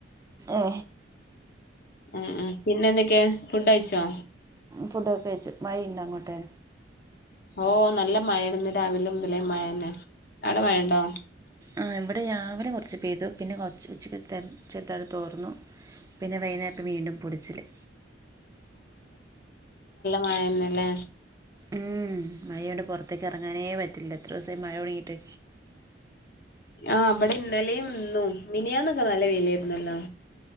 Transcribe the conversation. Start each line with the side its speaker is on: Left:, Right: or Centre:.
Right: ഏ
Left: ഉം ഉം പിന്നെ എന്തൊക്കെ ഫുഡ് അയച്ചോ
Right: ഫുഡ്ക്കെ കച്ചു മഴ ഉണ്ടോ അങ്ങോട്ടെ
Left: ഓ നല്ല മഴ ഇന്ന് രാവിലെ മുതലേ മഴന്നെ അവിടെ മഴണ്ടോ
Right: ആ ഇവിടെ രാവിലെ കുറച്ച് പെയ്തു പിന്നെ കൊ ഉച്ചക്ക് ചെറുതായിട് തോർന്നു പിന്നെ വൈകുന്നേപ്പം വീണ്ടും പൊടിച്ചില്
Left: മഴന്നെല്ലേ
Right: ഉം മഴയണ്ട് പുറത്തേക്ക് ഇറങ്ങാനേ പറ്റില്ല എത്ര ദിവസമായി മഴ തൊടങ്ങിട്ട്
Left: ആഹ് അവിടെ ഇന്നലെയും ഇന്നും മിനിയാന്നൊക്കെ നല്ല വൈലായിരുന്നല്ലോ